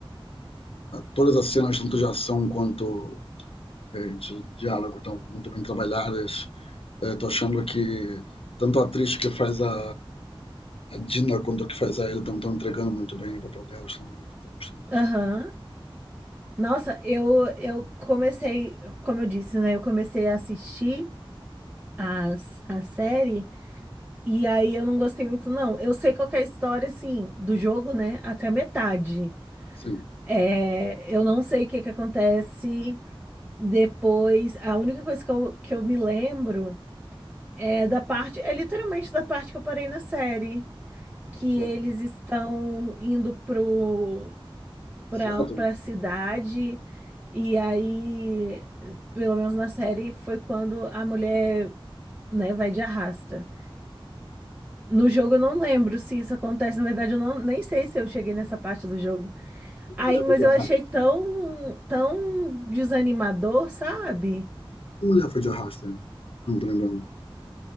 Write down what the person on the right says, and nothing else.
aham.
Nossa, eu, eu comecei, como eu disse, né? Eu comecei a assistir as, a série e aí eu não gostei muito, não. Eu sei qual que é a história, assim, do jogo, né? Até a metade.
É, eu não sei o que que acontece Depois, a única coisa que eu, que eu me lembro é da parte, é literalmente da parte que eu parei na série, que
eles estão indo pro, pra,
pra cidade, e aí, pelo menos na série, foi quando a mulher, né, vai de arrasta. No jogo eu não lembro se isso acontece, na verdade eu não, nem sei se eu cheguei nessa parte do jogo.
Aí, mas
eu
achei tão, tão desanimador, sabe?